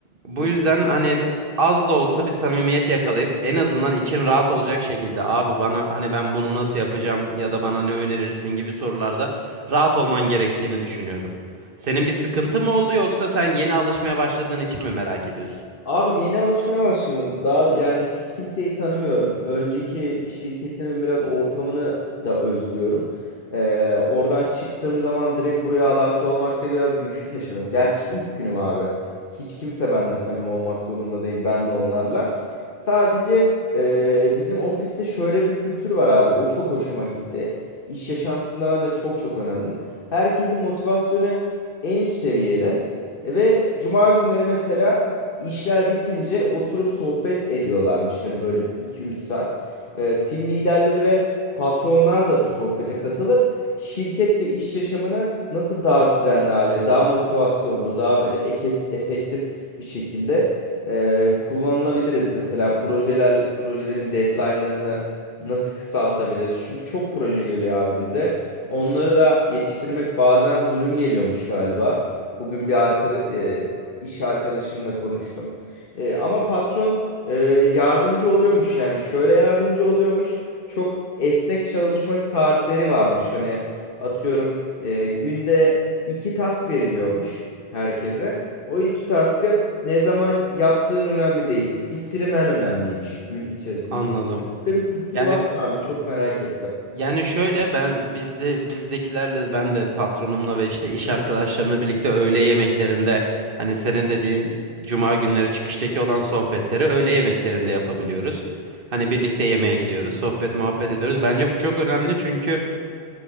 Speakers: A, on the right; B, on the left.
A: bu
B: 2
A: yüzden hani az da olsa bir samimiyet yakalayıp en azından için rahat olacak şekilde abi bana hani ben bunu nasıl yapacağım ya da bana ne önerirsin gibi sorularda rahat olman gerektiğini düşünüyorum. Senin bir sıkıntı mı oldu yoksa sen yeni alışmaya başladığın için mi merak ediyorsun?
B: Abi yeni alışmaya başladım. Daha yani hiç kimseyi tanımıyorum. Önceki şirketimin biraz ortamını da özlüyorum. Ee, oradan çıktığım zaman direkt buraya adapte olmakta biraz güçlük yaşadım. Gerçi ilk günüm abi. Hiç kimse benimle samimi olmak zorunda değil. Ben de onlarla. Sadece e, bizim ofiste şöyle bir kültür var abi. O çok hoşuma gitti. İş yaşantısında ben de çok çok önemli. Herkesin motivasyonu en üst seviyede. Ve cuma günleri mesela İşler bitince oturup sohbet ediyorlarmış. Hani böyle iki üç saat. Ee, tim liderleri ve patronlar da bu sohbete katılıp şirket ve iş yaşamını nasıl daha düzenli hale, daha motivasyonlu, daha böyle eke- efektif bir şekilde e, kullanılabiliriz. Mesela projeler, projelerin deadline'larını nasıl kısaltabiliriz? Çünkü çok proje geliyor abi bize. Onları da yetiştirmek bazen zulüm geliyormuş galiba. Bugün bir arkada e, iş arkadaşımla konuştum. E, ama patron e, yardımcı oluyormuş yani şöyle yardımcı oluyormuş. Çok esnek çalışma saatleri varmış. Hani atıyorum e, günde iki task veriliyormuş herkese. O iki task'ı ne zaman yaptığın önemli değil. Bitirmen önemliymiş gün içerisinde.
A: Anladım.
B: Böyle bir kültür
A: Yani
B: var mı abi? Çok merak ettim.
A: Yani şöyle ben bizde bizdekilerle ben de patronumla ve işte iş arkadaşlarımla birlikte öğle yemeklerinde hani senin dediğin cuma günleri çıkıştaki olan sohbetleri öğle yemeklerinde yapabiliyoruz. Hani birlikte yemeğe gidiyoruz, sohbet muhabbet ediyoruz. Bence bu çok önemli çünkü